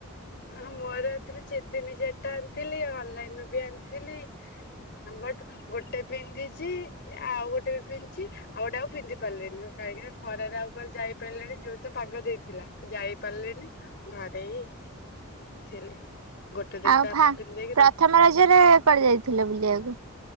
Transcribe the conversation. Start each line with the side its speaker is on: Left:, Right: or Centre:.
Left: ଓହୋ! ମୋର ଆଣିଥିଲି ଚି ତିନି, ଚାରିଟା ଆଣିଥିଲି ଆଉ ଅନଲାଇନରୁ ବି ଆଣିଥିଲି। <unintelligible> ଗୋଟେ ପିନ୍ଧିଛି, ଆଉ ଗୋଟେ ବି ପିନ୍ଧିଛି, ଆଉ ଗୋଟେ ଆଉ ପିନ୍ଧି ପାରିଲିନି ଗୋଟେ କାହିଁକି ନା ଖରାରେ ଆଉ କୁଆଡ଼େ ଯାଇପାରିଲେଣି ଯୋଉ ତ ପାଗ ଦେଇଥିଲା ଯାଇପାରିଲେନି ଘରେ ଏଇ ଥିଲି। ଦିଟା
Right: ଆଉ ଫା
Left: ପିନ୍ଧି ଦେଇକି
Right: ପ୍ରଥମ
Left: ରଖିଥିଲେ।
Right: ରଜରେ କୁଆଡ଼େ ଯାଇଥିଲେ ବୁଲିବାକୁ?